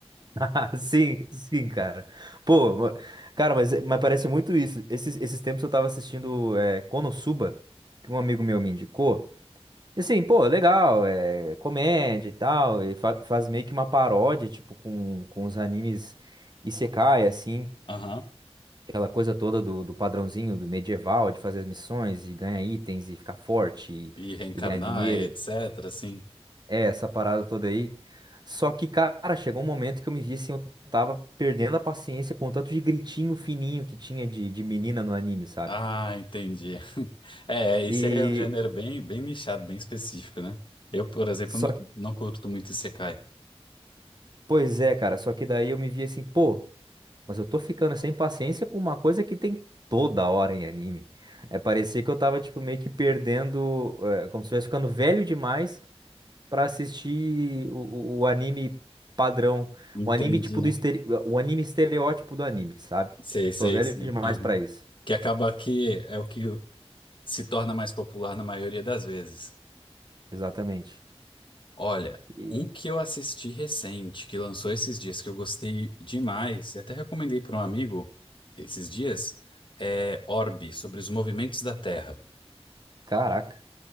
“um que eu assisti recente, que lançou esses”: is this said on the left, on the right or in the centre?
Left